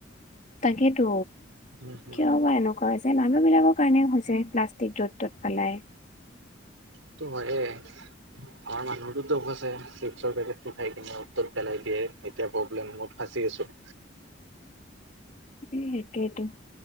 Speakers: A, on the left (about 35°); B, on the right (about 85°).
A: তাকেতো
B: উম হুম
A: কিয় বা এনেকুৱা হৈছ মানুহ বিলাকৰ কাৰণেই হৈছে, প্লাষ্টিক য'ত ত'ত পেলাই।
B: সেইটো হয়ে, আমাৰ মানুহটো দোষ আছে। চৰ পেকেটটো খাই কিনে উত ত'ত পেলাই দিয়ে। এতিয়া প্ৰব্লেমমত ফাচি আছোঁ।
A: এ সেইটোয়েতো